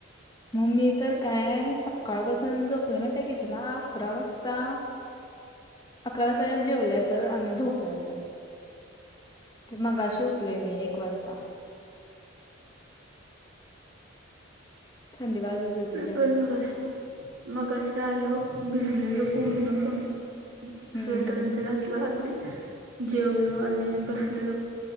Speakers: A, on the left; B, on the right.
A: मम्मी तर काय सकाळपासून झोपली माहिती किती ला अकरा वाजता. अकरा वाजता जेवली असल. आणि झोपली असल. ते मगशीे उठले मी एक वाजता. थंडी वाजत होती
B: मी
A: जास्त
B: पण मगाशी, मगाशी आलो. भिजलेलो पूर्णपणे.
A: हम्म
B: स्वेटर
A: हम्म
B: अन ते घातल आधी. जेवलो आणि बसलेलो.